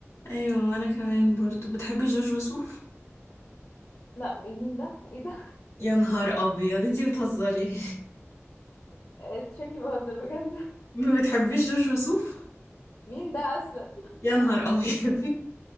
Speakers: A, on the left; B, on the left.
A: ايوه وانا كمان برضو بتحبي جورج وسوف
B: لا مين ده ايه ده
A: يا نهار ابيض انتي بتهزري
B: <laughs> آه، شكلي بهزر بجد
A: <laughs> ما بتحبيش جورج وسوف
B: <laughs> مين ده اصلا
A: يا نهار ابيض